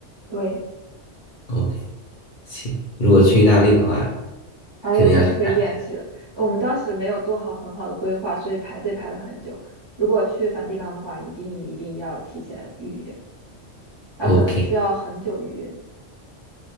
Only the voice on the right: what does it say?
对。
还是挺推荐去的。
我们当时没有做好很好的规划，所以排队排了很久。如果去梵蒂冈的话，一定一定要提前预约，它可能需要很久预约。